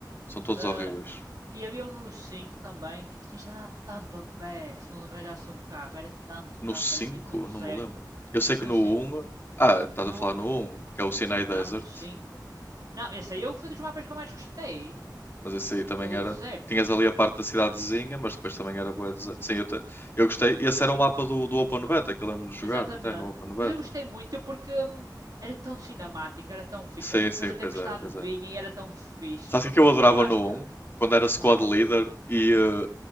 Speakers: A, on the left (about 30°); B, on the right (about 55°).
A: São todos
B: Ah,
A: horríveis.
B: e havia um número 5 também que tinhas de andar tanto a pé se não arranjasse um carro. Era tanto,
A: No
B: tanto,
A: 5
B: era tipo no deserto.
A: não me lembro. Eu sei
B: No
A: que no
B: 5
A: um ah, estás
B: no
A: a falar no um que é o Sinai Desert,
B: Não, no cinco Não, esse aí foi dos mapas que eu mais gostei.
A: mas esse aí também
B: O do
A: era.
B: deserto.
A: Tinhas ali a parte da cidadezinha, mas depois também era boa. Sim, eu, te- eu gostei. Esse era o mapa do, do Open Beta, que eu lembro de jogar
B: Exatamente.
A: até no Open Beta.
B: Mas eu gostei muito porque hum, era tão cinemático, era tão fixe.
A: Sim,
B: Depois
A: sim,
B: a
A: pois
B: tempestade
A: era, pois
B: vinha
A: era.
B: e era tão fixe.
A: Sabe o que é que eu adorava
B: E lá
A: no
B: está.
A: 1? Quando era squad
B: Aham.
A: leader e, eh,